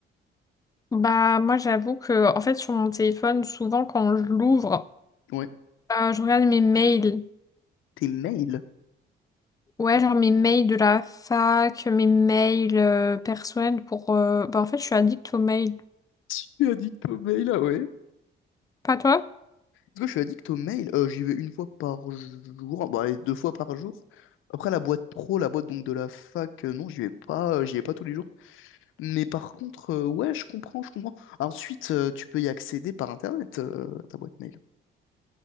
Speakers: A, on the left; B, on the left.
A: Bah moi j'avoue que en fait sur mon téléphone souvent quand je l'ouvre
B: Ouais.
A: euh, je regarde mes mails
B: Tes mails.
A: ouais genre mes mails de la fac mes mails euh, personnels pour euh, bah en fait je suis addict aux mails
B: Je suis addict aux mails, ah ouais.
A: pas toi
B: Parce que je suis addict aux mails, Euh, j'y vais une fois par jour, bah, allez, deux fois par jour. Après la boîte pro, la boîte donc de la fac, euh, non, j'y vais pas, euh, j'y vais pas tous les jours. Mais par contre, euh, ouais, je comprends, je comprends. Ensuite, euh, tu peux y accéder par Internet, euh, ta boîte mail.